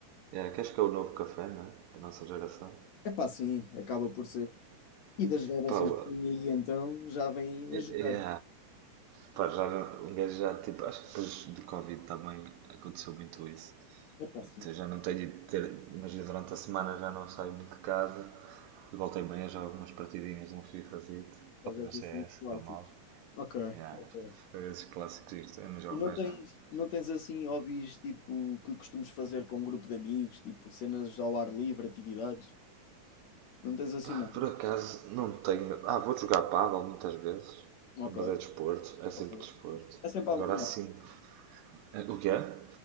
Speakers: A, on the right; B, on the left.
A: É, que acho que é o novo café, não é? Da nossa geração.
B: É pá, sim, acaba por ser. E das gerações
A: Pá, o-
B: que vêm aí então já vêm
A: é,
B: a jogar.
A: é, pá, já um gajo já, tipo, acho que depois do Covid também aconteceu muito isso.
B: É pá, sim,
A: já não tenho de ter. Imagina, durante a semana já não saio muito de casa e voltei bem a jogar umas partidinhas de um FIFAzito
B: jogas
A: e no CS,
B: assim os clássicos.
A: estou mal.
B: Ok,
A: Yeah.
B: ok.
A: Foi esses clássicos isto, eu não jogo
B: E não
A: mais
B: tens,
A: nada.
B: não tens assim hobbies tipo que costumes fazer com um grupo de amigos, tipo cenas ao ar livre, atividades? Não tens assim
A: Pá,
B: nada?
A: por acaso não tenho. Ah, vou jogar pádel muitas vezes,
B: Ok.
A: mas é desporto, é sempre
B: ok.
A: desporto.
B: É sempre
A: Agora
B: à... ba- yeah.
A: sim. É, O que é?